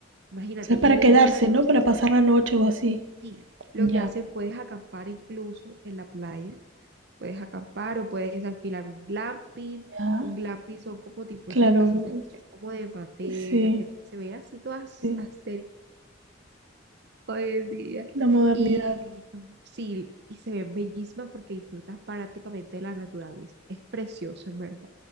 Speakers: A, on the right; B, on the right.
A: Imagínate,
B: O sea,
A: ida
B: para quedarse,
A: y vuelta son
B: ¿no?
A: seis
B: Para pasar
A: horas.
B: la noche o así.
A: Sí, lo
B: Ya,
A: que hace, puedes acampar incluso en la playa, puedes acampar o puedes alquilar un glamping.
B: ya.
A: Un glamping son como tipo
B: Claro.
A: esas casitas que son como de madera,
B: Sí,
A: que se ven así todas
B: sí.
A: astéricas hoy en día.
B: La modernidad.
A: Y son, sí, y se ven bellísimas porque disfrutas prácticamente de la naturaleza. Es precioso, en verdad.